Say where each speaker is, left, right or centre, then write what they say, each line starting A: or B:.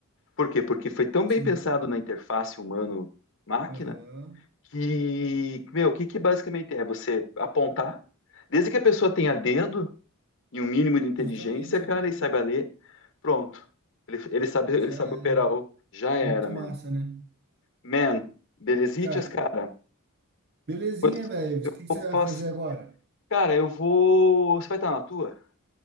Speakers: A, on the left; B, on the right.
A: Por quê? Porque foi tão bem
B: Sim.
A: pensado na interface humano-máquina
B: Aham.
A: que, meu, o que que basicamente é? Você apontar, desde que a pessoa tenha dedo, e um mínimo de inteligência,
B: Justamente,
A: cara,
B: né?
A: e saiba ler, pronto. Ele, ele sabe, ele
B: Já
A: sabe
B: era,
A: operar.
B: né?
A: o- Já era,
B: Muito massa,
A: man.
B: né?
A: Man, belezitas,
B: Cara,
A: cara.
B: belezinha,
A: Pois,
B: velho. O que que
A: vou
B: você vai
A: pass-
B: fazer agora?
A: Cara, eu vou. Você vai estar na tua?